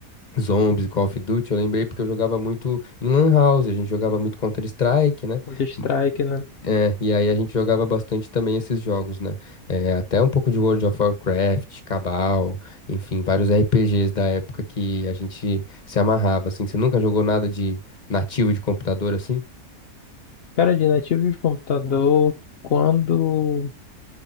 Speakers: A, on the left; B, on the left.
A: Zombies, Call of Duty, eu lembrei porque eu jogava muito em Lan House, a gente jogava muito Counter-Strike, né?
B: Counter-Strike,
A: M-
B: né?
A: é, e aí a gente jogava bastante também esses jogos, né? É, até um pouco de World of Warcraft, Cabal, enfim, vários RPGs da época que a gente se amarrava, assim. Você nunca jogou nada de nativo de computador assim?
B: Cara, de nativo de computador, quando.